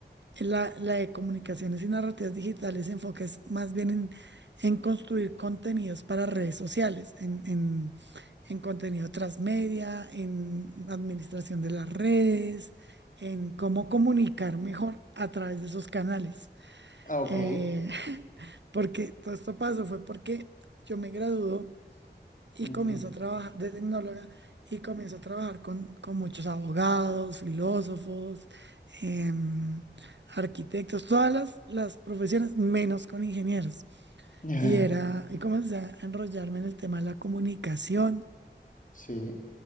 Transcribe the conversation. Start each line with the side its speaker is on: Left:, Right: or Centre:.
Right: La, la de comunicaciones y narrativas digitales se enfoca es más bien en, en construir contenidos para redes sociales, en, en, en contenido transmedia, en administración de las redes, en cómo comunicar mejor a través de esos canales.
Left: ah, ok.
Right: Eh, <laughs> porque todo esto pasó fue porque yo me graduó y
Left: Ujú.
Right: comienzo a trabajar de tecnóloga y comienzo a trabajar con, con muchos abogados, filósofos, em, arquitectos, todas las, las profesiones, menos con ingenieros.
Left: <laughs>
Right: Y era, y comencé a enrollarme en el tema de la comunicación
Left: Sí,